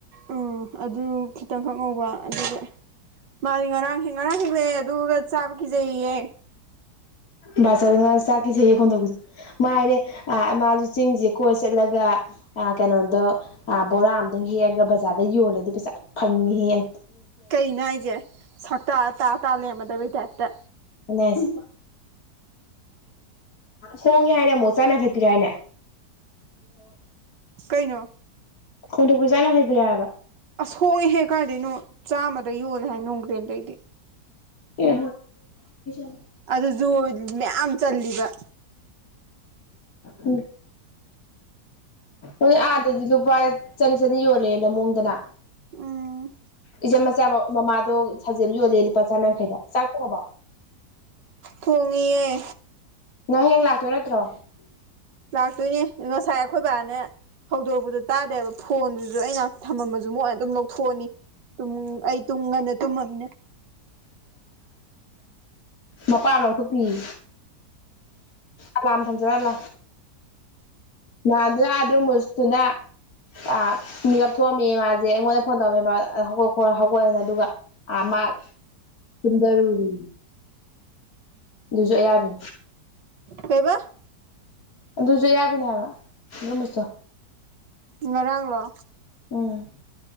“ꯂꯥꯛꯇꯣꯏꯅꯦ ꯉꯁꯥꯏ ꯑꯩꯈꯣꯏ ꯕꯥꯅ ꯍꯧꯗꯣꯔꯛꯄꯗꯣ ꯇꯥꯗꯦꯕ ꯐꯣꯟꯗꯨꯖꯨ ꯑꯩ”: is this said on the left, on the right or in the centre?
Right